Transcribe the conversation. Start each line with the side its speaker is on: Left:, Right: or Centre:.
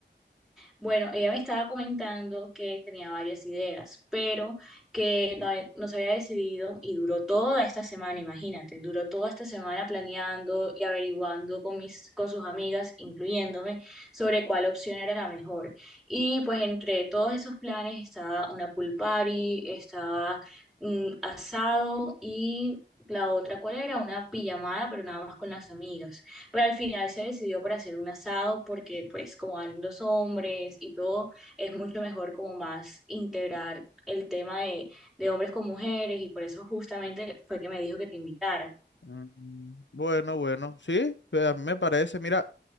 Centre: Bueno, ella me estaba comentando que tenía varias ideas, pero que no, he- no se había decidido y duró toda esta semana, imagínate, duró toda esta semana planeando y averiguando con mis, con sus amigas, incluyéndome, sobre cuál opción era la mejor. Y pues entre todos esos planes estaba una pool party, estaba mm, asado y la otra, ¿cuál era? Una pijamada, pero nada más con las amigas. Pero al final se decidió por hacer un asado porque pues como van los hombres y todo, es mucho mejor como más integrar el tema de, de hombres con mujeres y por eso justamente fue que me dijo que te invitara.
Left: Mm, Bueno, bueno, sí, pues a mí me parece, mira,